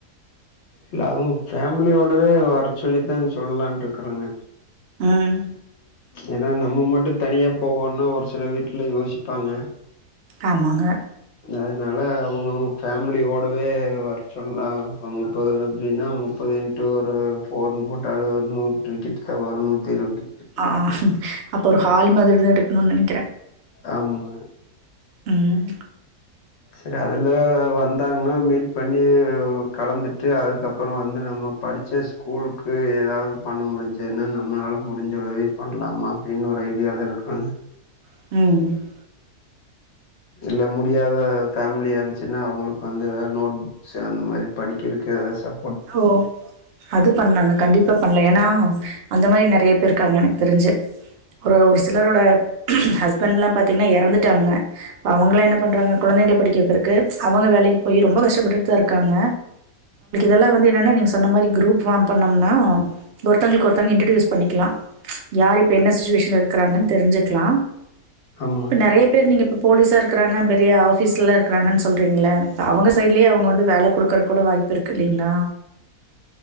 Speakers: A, on the left (about 60°); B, on the right (about 65°).
A: இல்ல அதுவு ஃபேமிலியோடவே வரச் சொல்லிதா சொல்லலான்ட்ருக்குறேங்க
B: ம்
A: ஏன்னா நம்ம மட்டு தனியா போகோணுன்னா ஒரு சில வீட்ல யோசிப்பாங்க
B: ஆமாங்க
A: அதனால அவுங்கவுங்க ஃபேமிலியோடவே வர சொல்லா ஒரு முப்பது அப்டின்னா முப் பது இன்ட்டு ஒரு ஃபோருன்னு போட்டாலே ஒரு நூறு டிக்கெட தா வரு நூத்தி இருவது டிக்கெட்
B: ஆ
A: இருப்பாங்க.
B: அப்போ ஒரு ஹால் மாதிரி தா எடுக்கணுன்னு நெனைக்கிற
A: ஆமா
B: ம்
A: செரி அதுல வந்தாங்கன்னா மீட் பண்ணி கலந்துட்டு அதுக்கப்புறோ வந்து நம்ம படிச்ச ஸ்கூலுக்கு ஏதாவது பண்ண முடிஞ்சுதுன்னா நம்மளால முடிஞ்ச உதவி பண்லாமா அப்டின்னு ஒரு ஐடியால இருக்குறங்க
B: ம்
A: இல்ல முடியாத ஃபேமிலியா இருந்துச்சுன்னா அவுங்களுக்கு வந்து ஏதாது நோட் சோ அந்த மாரி படிக்கிறக்கு ஏதாது சப்
B: ஓ அது பண்லாங்க கண்டிப்பா பண்லா ஏன்னா அந்த மாரி நெறைய பேர் இருக்காங்க எனக்கு தெரிஞ்சு ஒரு ஒரு சிலரோட ஹஸ்பண்ட்லா பாத்தீங்கன்னா எறந்துட்டாங்க இப்ப அவுங்கள்லா என்ன பண்றாங்க குழந்தைங்கள படிக்க வக்கறக்கு அவுங்க வேலைக்கு போய் ரொம்ப கஷ்டப்பட்டுட்டு தா இருக்காங்க அதெல்லா வந்து என்னன்னா நீங்க சொன்ன மாரி குருப் ஃபார்ம் பண்ணோம்னா ஒருத்தங்களுக்கு ஒருத்தங்க இன்ட்ரடியூஸ் பண்ணிக்கலா யார் இப்ப என்ன சுச்சிவேஷன்ல இருக்கிறாங்கன்னு தெரிஞ்சுக்கலா
A: ஆமா
B: இப்போ நெறைய பேர் நீங்க இப்ப போலீஸா இருக்குறாங்க பெரிய ஆஃபீஸ்ல இருக்கிறாங்கன்னு சொல்கிறீங்கல்ல அவங்க சைட்லே அவங்க வந்து வேல குடுக்குறக் கூட வாய்ப்பு இருக்கு இல்லீங்களா